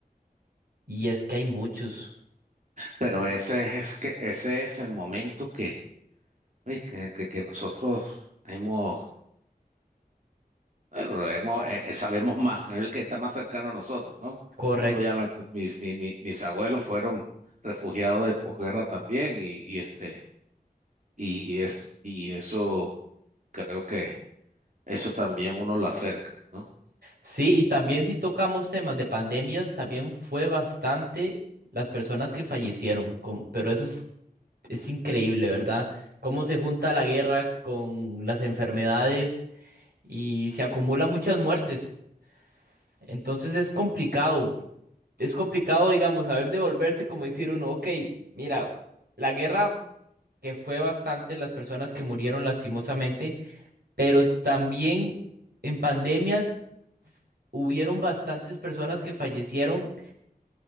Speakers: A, on the right (about 80°); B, on the right (about 50°).
A: y es que hay muchos,
B: Pero ese es que ese es el momento que, oye, que, que- que nosotros hemos, bueno, hemos eh, eh, sabemos más, es el que está más cercano a nosotros, ¿no?
A: correcto.
B: Obviamente, mis, mi- mi- mis abuelos fueron refugiados de posguerra también, y, y este, y es, y eso creo que eso también uno lo acerca, ¿no?
A: Sí, y también si tocamos temas de pandemias, también fue bastante las personas que fallecieron, com- pero eso es, es increíble, ¿verdad? Cómo se junta la guerra con las enfermedades y se acumulan muchas muertes. Entonces es complicado. es complicado, digamos, saber devolverse, como decir uno, ok, mira, la guerra que fue bastante las personas que murieron lastimosamente, pero también en pandemias hubieron bastantes personas que fallecieron